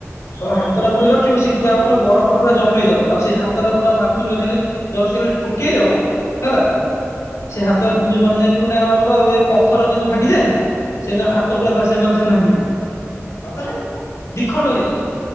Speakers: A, on the left; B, on the left.
A: ତମେ
B: ବରଫ
A: ହାତଟା
B: ହେଇଯିବ
A: ବୁଡିବ ରଖିବ ସିଏ ପୁରା କଣ କହିଲ ବରଫରେ ପୁରା ଜମେଇ ଦବ, ଆଉ ସେଇ ହାତଟା ଗୁଟା ମାର୍ତୁଲ ରେ ଖାଲି ଜଷ୍ଟ୍ ଖାଲି ଠୁକେଇ ଦବ। ହେଲା,
B: ହଁ
A: ସେ ହାତ
B: ହଁ
A: ଜେ ମାନେ ଯେମିତି ଗୋଟେ କଣ କହିଲ ଏ ପଥର ଯେମିତି ଭାଙ୍ଗିଯାଏନି। ସେ
B: ହଁ
A: ହାତ ପୁରା ପଶିବ ସେ ମାନେ ସେ ଭାଙ୍ଗି ଯିବ।
B: ସତରେ?
A: ଦି ଖଣ୍ଡ ହେଇଯିବ।